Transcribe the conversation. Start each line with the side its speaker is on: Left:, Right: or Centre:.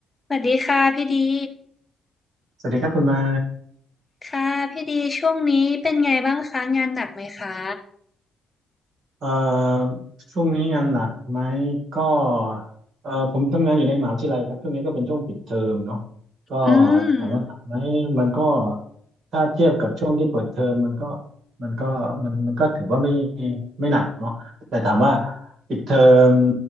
Left: สวัสดีค่ะพี่ดี
Right: สวัสดีครับคุณไม้
Left: ค่ะพี่ดีช่วงนี้เป็นไงบ้างคะงานหนักไหมคะ
Right: เอ่อช่วงนี้งานหนักไหมก็เอ่อผมทำงานอยู่ในมหาวิทยาลัยครับช่วงนี้ก็เป็นช่วงปิดเทอมเนาะก็
Left: อื
Right: ถามว่าหนักไหมมันก็
Left: ม
Right: ถ้าเทียบกับช่วงที่เปิดเทอมมันก็มันก็มันมันก็ถือว่าไม่ไม่หนักเนาะแต่ถามว่าปิดเทอม